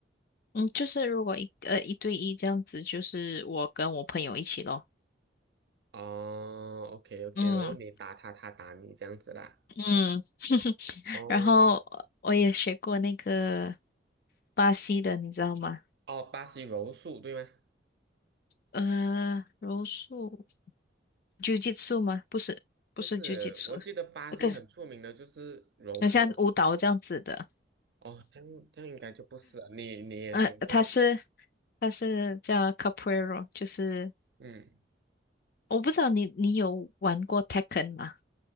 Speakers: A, on the left; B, on the right.
A: 嗯，就是如果一呃一对一这样子，就是我跟我朋友一起咯，
B: 哦，OK OK，
A: 嗯
B: 然后你打他，他打你这样子啦。
A: 嗯，<laughs>
B: 哦
A: 然后我也学过那个巴西的，你知道吗？
B: 哦，巴西柔术对吗？
A: 呃，柔术，Jiu-Jitsu 吗？不是，不是
B: 不是，
A: Jiu-Jitsu，
B: 我记得巴西很出名的就是柔术了。
A: 那个很像舞蹈这样子的。
B: 应该哦，这样这样应该就不是了。你你也学过。
A: 呃，他是他是叫 Capoeira，就是
B: 嗯，
A: 我不知道你你有玩过 Tekken 吗？